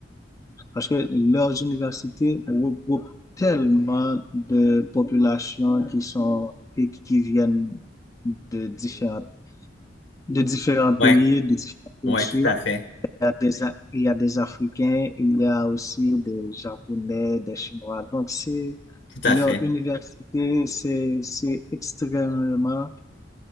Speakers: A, on the left (about 20°); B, on the left (about 75°).
A: parce que leurs universités regroupent tellement de populations qui sont, qui, qui viennent de différents, de différents
B: Ouais,
A: pays, de différentes cultures.
B: ouais, tout à fait,
A: il y a des, A- il y a des Africains, il y a aussi des Japonais, des Chinois. Donc, c'est
B: tout
A: leur
B: à fait.
A: université, c'est, c'est extrêmement,